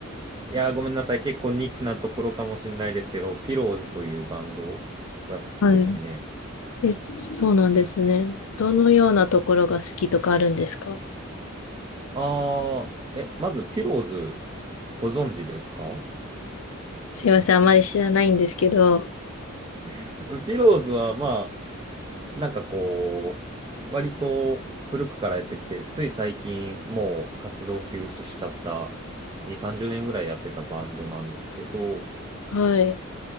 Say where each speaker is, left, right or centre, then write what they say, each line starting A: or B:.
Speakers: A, on the right (about 20°); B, on the left (about 85°).
A: う。いや、ごめんなさい、結構ニッチなところかもしれないですけど、ピローズというバンドが好きですね。
B: はい。え、そうなんですね。どのようなところが好きとかあるんですか
A: あー、え、まず、ピローズ、ご存知ですか
B: すいません、あまり知らないんですけど。
A: <laughs> ピローズはまあ、なんかこう、割と古くからやってきて、つい最近もう活動休止しちゃった2、30年ぐらいやってたバンドなんですけど、
B: はい。